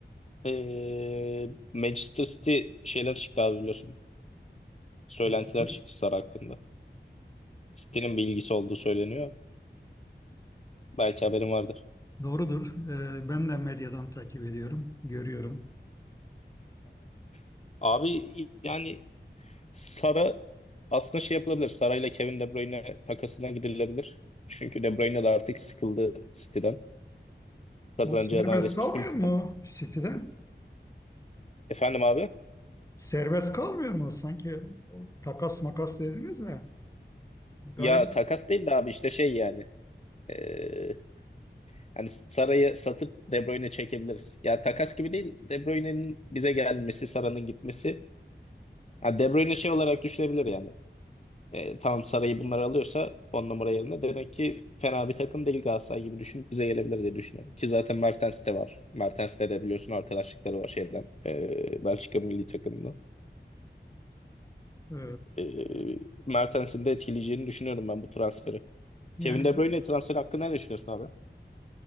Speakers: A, on the left; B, on the left.
A: e, Manchester City şeyler çıktı abi biliyorsun. Söylentiler
B: Doğrudur.
A: çıktı Sara hakkında. City'nin bir ilgisi olduğu söyleniyor. Belki haberin vardır.
B: Doğrudur. Ee, ben de medyadan takip ediyorum, görüyorum.
A: <laughs> Abi yani Sara aslında şey yapılabilir. Sara ile Kevin De Bruyne takasına gidilebilir. Çünkü De Bruyne de artık sıkıldı City'den. Kazanacağı
B: O serbest
A: neredeyse
B: kalmıyor
A: tüm kupa.
B: mu City'de?
A: Efendim abi?
B: Serbest kalmıyor mu? Sanki o takas makas dediniz de galiba
A: Ya takas değil de abi işte şey yani. Ee, hani Sara'yı satıp De Bruyne çekebiliriz. Ya takas gibi değil. De Bruyne'nin bize gelmesi, Sara'nın gitmesi. Ha, De Bruyne şey olarak düşünebilir yani. E, tamam Saray'ı bunlar alıyorsa 10 numara yerine demek ki fena bir takım değil Galatasaray gibi düşünüp bize gelebilir diye düşünüyorum. Ki zaten Mertens de var. Mertens'le de biliyorsun arkadaşlıkları var şeyden. e, Belçika milli takımından.
B: e,
A: E, Mertens'in de etkileyeceğini düşünüyorum ben bu transferi.
B: yani
A: Kevin De Bruyne transferi hakkında ne düşünüyorsun abi?